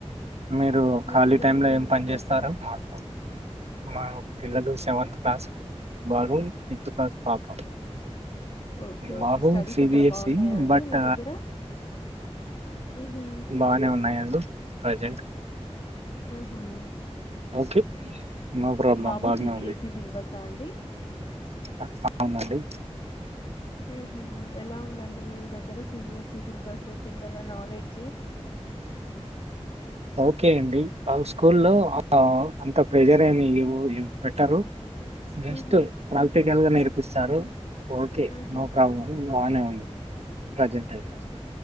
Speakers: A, on the right; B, on the left.
A: మీరు
B: మీ
A: ఖాళీ
B: పిల్లలు
A: టైంలో
B: చదువుతున్నారు
A: ఏం పని చేస్తారో
B: సార్
A: మాలు మా పిల్లలు సెవెంత్ క్లాస్ బారు ఫిఫ్త్ క్లాస్ పాప
B: ఓకే
A: బాబు
B: ఓకే స్టడీస్
A: సి
B: అక్కడ
A: బి ఎస్సి
B: బాగున్నాయా అండి
A: బట్
B: మీ దగ్గర మ్హూ
A: బానే ఉన్నాయండి ప్రజెంట్
B: హ్మ్
A: ఓకే నో ప్రాబ్లం
B: బాబు
A: బాగానే
B: సి బి
A: ఉంది
B: ఎస్సి సిల్బస్ సాండి
A: అవునండి
B: హ్మ్ హు ఎలా ఉందండి మీ దగ్గర సి బి ఎస్సి సిలబస్ పిల్లల నాలెడ్జ్
A: ఓకే అండి ఆల్ స్కూల్లో అంత ప్రెజర్ ఏమి పెట్టరు జస్ట్
B: ఉహు
A: ప్రాక్టికల్గా నేర్పిస్తారు ఓకే
B: ఉహు
A: నో ప్రాబ్లం బానే ఉంది ప్రజెంట్ అయితే